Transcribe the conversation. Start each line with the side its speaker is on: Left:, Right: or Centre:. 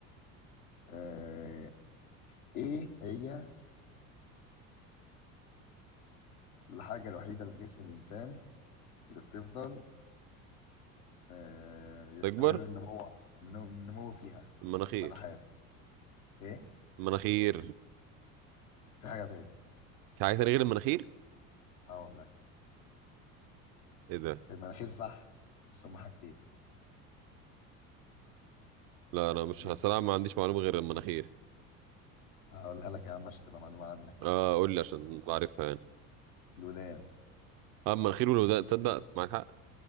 Left: آه، ايه هي الحاجة الوحيدة اللي في جسم الإنسان اللي بتفضل آه، يستمر
Right: تكبر
Left: النمو النمو النمو فيها
Right: المناخير
Left: مدى حياته إيه؟
Right: المناخير
Left: في حاجة تاني
Right: في حاجه تانية غير المناخير
Left: أه والله
Right: ايه ده
Left: المناخير صح بس هما حاجتين
Right: لا انا مش
Left: إيه
Right: الصراحه
Left: بقى؟
Right: ما عنديش معلومه غير المناخير
Left: هقولها لك يا عم عشان تبقى معلومة عنك
Right: اه قول لي عشان بعرفها يعني
Left: الودان
Right: اه المناخير والودان تصدق معاك حق